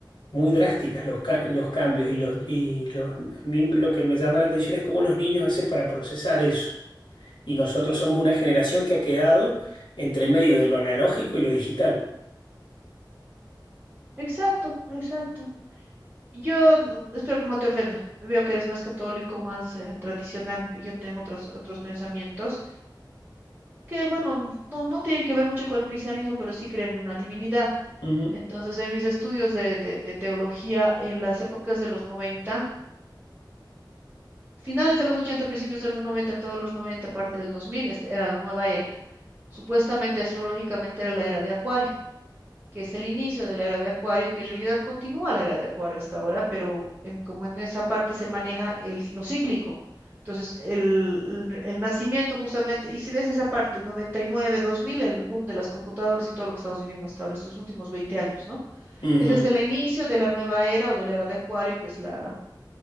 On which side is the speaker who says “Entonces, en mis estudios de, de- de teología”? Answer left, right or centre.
Right